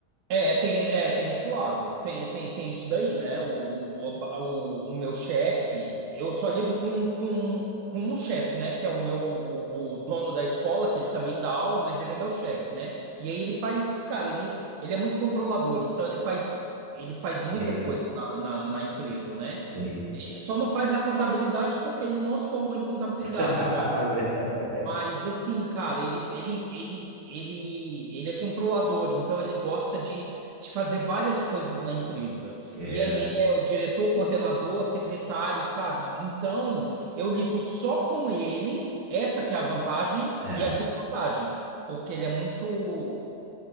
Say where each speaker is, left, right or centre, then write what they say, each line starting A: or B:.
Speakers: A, on the right; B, on the right.
A: É, é, tem, é, tem esse lado, tem, tem, tem isso daí, né? O, o, o, o meu chefe, eu só lido com, com, com um chefe, né? Que é o meu, o, o dono da escola, que ele também dá aula, mas ele é meu chefe, né? E aí ele faz, cara, ele, ele é muito controlador, então ele faz, ele faz muita
B: Eita,
A: coisa na, na, na empresa, né?
B: sim.
A: Ele só não faz a contabilidade porque ele não se formou em contabilidade,
B: <laughs>
A: mas assim, cara, ele, ele, ele, ele, ele é controlador, então ele gosta de, de fazer várias coisas na empresa.
B: É,
A: E aí ele é o diretor, coordenador, secretário, sabe? Então eu lido só com ele, essa que é a vantagem
B: é.
A: e a desvantagem, porque ele é muito